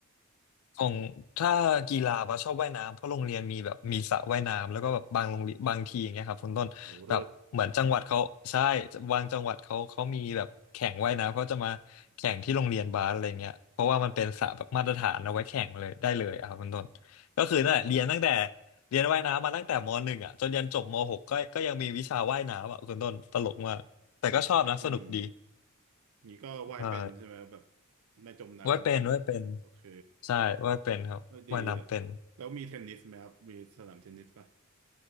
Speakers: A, on the left (about 80°); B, on the right (about 85°).
A: ของถ้ากีฬาปะชอบว่ายน้ำเพราะโรงเรียนมีแบบมีสระว่ายน้ำแล้วก็แบบบางโรงเรียนบางทีอย่างเงี้ยครับคุณต้นแบบเหมือนจังหวัดเขาใช่
B: โอ้เลิศ
A: บางจังหวัดเขาเขามีแบบแข่งว่ายน้ำเขาจะมาแข่งที่โรงเรียนบาสอะไรเงี้ยเพราะว่ามันเป็นสระแบบมาตรฐานเอาไว้แข่งเลยได้เลยอะครับคุณต้นก็คือนั่นแหละเรียนตั้งแต่เรียนว่ายน้ำมาตั้งแต่มหนึ่งอ่ะจนยันจบมหกก็ก็ยังมีวิชาว่ายน้ำอ่ะคุณต้นตลกมากแต่ก็ชอบนะสนุกดี
B: อืมนี่ก็ว่ายเป็นใช่ไหมแบบ
A: ใช่
B: ไม่จมน้ำเลยเนาะ
A: ว่ายเป็นว่ายเป็น
B: โอเค
A: ใช่ว่ายเป็นครับว่ายน้ำเป็น
B: เออดีอ่ะแล้วมีเทนนิสไหมครับมีสนามเทนนิสป่ะ